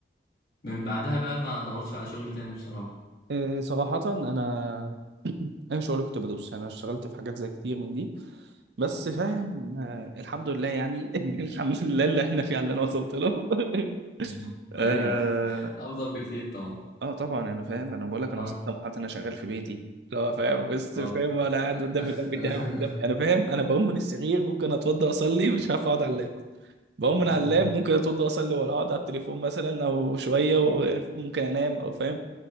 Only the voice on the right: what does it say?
إيه، صراحة أنا <clears throat> أي شغل كنت بدوس يعني أنا اشتغلت في حاجات زي كتير من دي بس فاهم آه، الحمد لله يعني <laughs> الحمد لله اللي إحنا فيه على اللي أنا وصلت له <laughs>
آه
آه، طبعا أنا فاهم أنا بقول لك أنا
وصلت لمرحلة أنا شغال في بيتي اللي هو فاهم بس
فاهم أنا قاعد قدام
اللاب بتاعي قدام أنا فاهم أنا بقوم من السرير ممكن أتوضى أصلي مش هعرف أقعد على اللاب بقوم من
على اللاب ممكن أتوضى أصلي ولا أقعد على التليفون مثلا أو شوية وممكن أنام أو فاهم